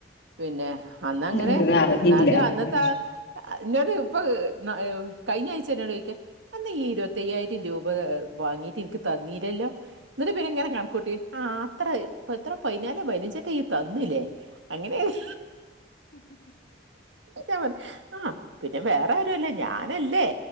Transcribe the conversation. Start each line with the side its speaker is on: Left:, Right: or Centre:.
Right: പിന്നെ അന്നങ്ങനെ
Left: ഇതൊന്നും അറിഞ്ഞില്ല
Right: ഇന്നാലും
Left: അതൊന്നും
Right: അന്നെത്തെ
Left: വിഷമം
Right: ആ അഹ് ഇന്നോട് ഇപ്പൊഹ് ന്നകഴിഞ്ഞ ആഴ്ച ഇന്നോട് ചോയ്ക്ക അന്നീഈ ഇരുപത്തയ്യായിരംരൂപ വാങ്ങീട്ട് ഇൻക്ക് തന്നീലല്ലോ? ന്നട്ട പിന്നെ ഇങ്ങനെ കണക്കൂട്ടിആ അത്ര എത്ര പൈയ്നാലോ പയ്നഞ്ചോ ഇയ്യ് തന്നുലെ അങ്ങനെയങ് ഞാൻ പർഞ്ഞു ആഹ് പിന്നെ വേറാരുഅല്ല ഞാനല്ലേ